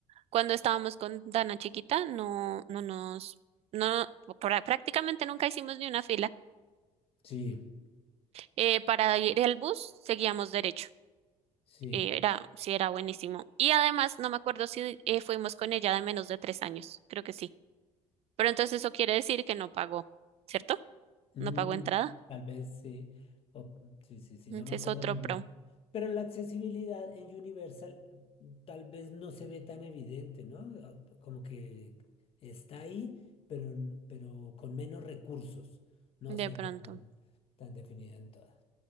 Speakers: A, on the right (about 55°); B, on the left (about 50°).
A: Cuando estábamos con Dana chiquita, no, no nos, no, pra- prácticamente nunca hicimos ni una fila.
B: Sí,
A: Eh, para ir al bus seguíamos derecho.
B: sí.
A: Eh, era, sí, era buenísimo. Y además, no me acuerdo si eh, fuimos con ella de menos de tres años, creo que sí. Pero entonces eso quiere decir que no pagó, ¿cierto?
B: Mm,
A: No pagó entrada.
B: tal vez sí. O- sí, sí, sí,
A: Ese
B: no me acuerdo
A: es otro
B: muy
A: pro,
B: bien. Pero la accesibilidad en Universal mm, tal vez no se ve tan evidente, ¿no? Ah, Como que está ahí, pero, n- pero con menos recursos. No
A: de
B: se
A: pronto.
B: ve tan, tan definida en todas.